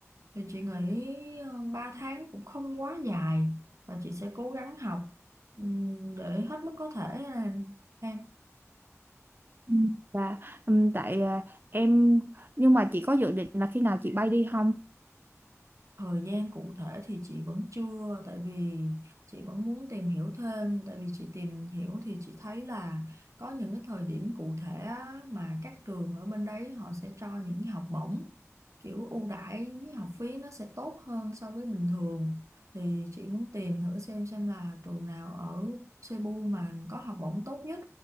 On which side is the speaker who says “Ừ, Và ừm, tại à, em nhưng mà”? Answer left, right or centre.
Right